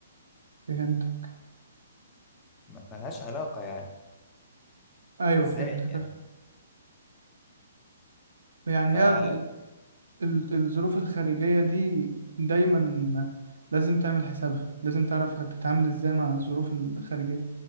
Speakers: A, on the right; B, on the left.
A: فهمتك
B: م- ملهاش علاقه يعني
A: أيوه
B: ازاي
A: فهمتك
B: يعني
A: أيوة. يعني
B: فلازم
A: هي ب- ال- الظروف الخارجية دي دايما لازم تعمل حسابها لازم تعرف هتتعامل ازاي مع الظروف الخارجية